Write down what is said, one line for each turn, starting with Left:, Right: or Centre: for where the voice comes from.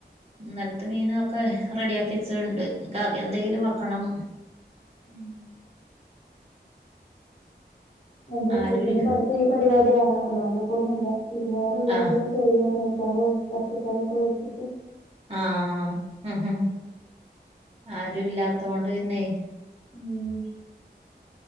Right: ന്നൽത്തെ മീന് ഒക്കെ റെഡിയാക്കി വെച്ചത്ണ്ട്. കറി എന്തെങ്കിലും വെക്കണം.
Left: ഉം എന്റെ
Right: ആരുല്ല
Left: വീട്ന്ന് പടുത്ത ഈ പരിപാടിയാണ്. അല്ലാതെ പ ന്നുംല്ല. വിരുന്നാ ര് ഉള്ളോണ്ട്
Right: ആഹ്
Left: ചെറിയ നെയ് ച്ചോറും എറച്ചി കറി ഒക്കെ വെച്ച്
Right: ആഹ്, ഹ് ഹ് ഹ്. ആരു ല്ലാത്തൊണ്ട് പിന്നെയ്.
Left: മ്.